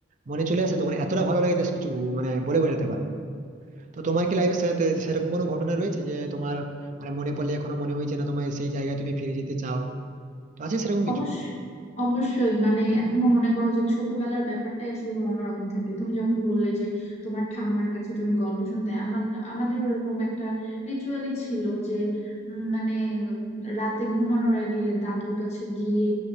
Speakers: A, on the right (about 40°); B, on the left (about 35°).
A: মনে চলে আসে তখন এতটা ভালো লাগে জাস্ট কিছু মানে বলে বোঝাতে পারবো না তো তোমার কি লাইফে সাথে সেরকম কোনো ঘটনা রয়েছে যে তোমার মানে মনে পড়লে এখনো মনে হয়েছে না তোমার সেই জায়গায় তুমি ফিরে যেতে চাও তো আছে সেরকম
B: অবশ্য
A: কিছু
B: অবশ্যই মানে এখনো মনে করো যে ছোটবেলার ব্যাপারটাই আসলে অন্যরকম থাকে তুমি যখন বললে যে তোমার ঠাম্মার কাছে তুমি গল্প শুনতে আমাদের আমাদের ওরকম একটা রিচুয়ালই ছিল যে উম, মানে রাতে ঘুমানোর আগে দাদুর কাছে গিয়ে